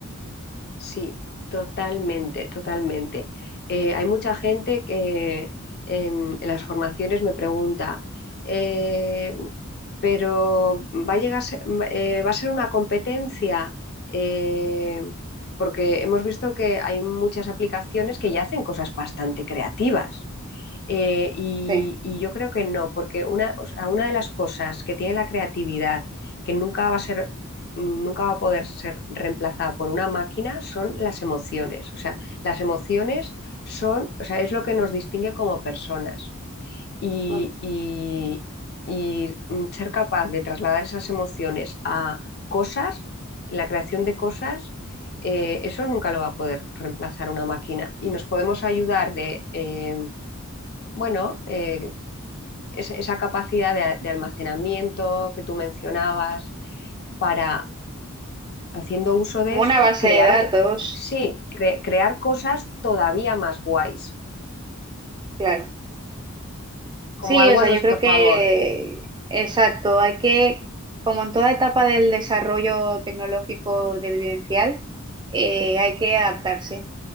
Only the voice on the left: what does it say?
Sí, totalmente, totalmente. Eh, hay mucha gente que en las formaciones me pregunta, eh, pero va a llegar, a ser- eh, va a ser una competencia, eh, porque hemos visto que hay muchas aplicaciones que ya hacen cosas bastante creativas. Eh, y,
y yo creo que no, porque una, o sea, una de las cosas que tiene la creatividad, que nunca va a ser, nunca va a poder ser reemplazada por una máquina, son las emociones. O sea, las emociones son, o sea, es lo que nos distingue como personas. Y,
y- y ser capaz de trasladar esas emociones a cosas, en la creación de cosas, eh, eso nunca lo va a poder reemplazar una máquina. Y nos podemos ayudar de... em, bueno, eh, es- esa capacidad de, de almacenamiento que tú mencionabas para, haciendo uso de
eso,
crear
otro, sí, cre- crear cosas todavía más guays,
como
algo
a nuestro
favor.